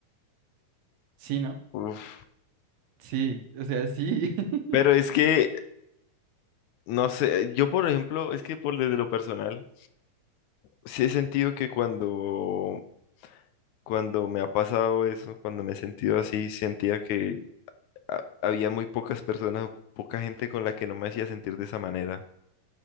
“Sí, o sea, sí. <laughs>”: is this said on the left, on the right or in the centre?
Right